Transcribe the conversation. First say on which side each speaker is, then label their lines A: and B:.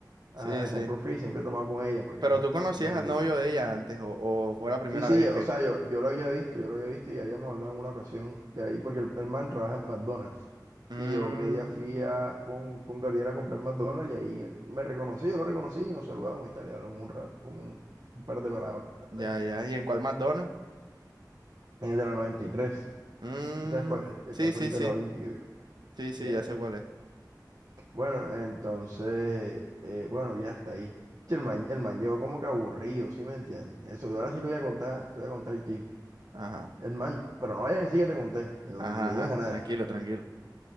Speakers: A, on the right; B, on the right.
A: ajá,
B: Sí,
A: le
B: sí.
A: compro free, siempre he tomado con ella porque,
B: Pero
A: ajá,
B: tú conocías
A: siempre nos,
B: al
A: nos
B: novio de ella antes, o, o fue la primera
A: Sí, sí,
B: vez
A: yo-
B: que.
A: o sea, yo, yo lo había visto, yo lo había visto y habíamos hablado en una ocasión que ahí, porque el, el man trabaja en McDonald's.
B: Mmm.
A: Y yo qué día fui a- con, con Gabriela a comprar McDonald's y ahí él me reconocí, yo lo reconocí y nos saludamos y tal, y hablamos un rato, como un, un par de palabras, hasta
B: Ya,
A: ahí.
B: ya. ¿Y en cuál McDonald's?
A: En el de la noventa y tres,
B: Mmm.
A: ¿Sí sabes cuál es? El Que
B: Sí,
A: está al
B: sí,
A: frente
B: sí.
A: de la Olímpica. creo.
B: Sí, sí,
A: Ya,
B: ya sé
A: ya.
B: cuál es.
A: Bueno, entonces, eh, bueno, ya está ahí. Che, El man, el man llegó como que aburrido, ¿sí me entiendes? Eso, ahora sí te voy a contar, te voy a contar el chisme.
B: Ajá.
A: El man, pero no vayas a decir que te conté, y no-
B: Ajá,
A: ni le
B: ajá.
A: digas a nadie.
B: Tranquilo, tranquilo.